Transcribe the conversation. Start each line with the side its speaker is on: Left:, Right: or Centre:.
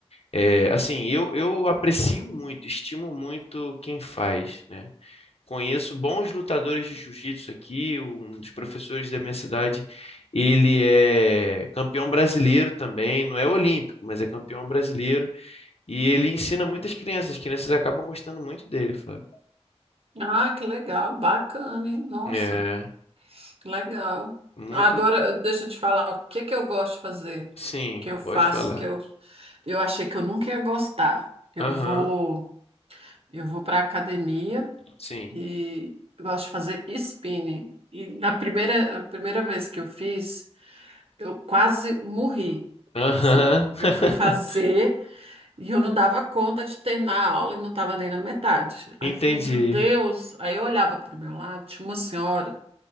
Left: É, assim, eu, eu aprecio muito, estimo muito quem faz, né? Conheço bons lutadores de jiu-jitsu aqui, um dos professores da minha cidade, ele é campeão brasileiro também, não é olímpico, mas é campeão brasileiro, e ele ensina muitas crianças, as crianças acabam gostando muito dele, Flávio.
Right: Ah, que legal, bacana, hein? Nossa,
Left: É,
Right: que legal.
Left: muito,
Right: Agora, deixa eu te falar, o que que eu gosto de fazer?
Left: sim,
Right: Que eu faço,
Left: pode falar.
Right: que eu, eu achei que eu nunca ia gostar. Eu
Left: Aham,
Right: vou, eu vou para academia
Left: sim.
Right: e eu gosto de fazer spinning. E na primeira, a primeira vez que eu fiz, eu quase morri.
Left: Aham.
Right: Assim,
Left: <laughs>
Right: eu fui fazer. E eu não dava conta de terminar a aula e não estava nem na metade. Aí
Left: Entendi.
Right: eu falei, meu Deus. Aí eu olhava para o meu lado, tinha uma senhora,